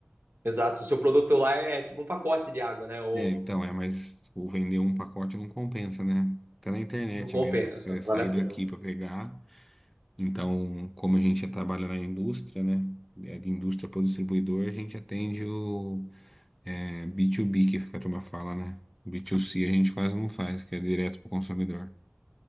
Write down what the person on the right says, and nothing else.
Exato, o seu produto lá é tipo um pacote de água, né? Ou
não,
não compensa,
não
vale a
pena.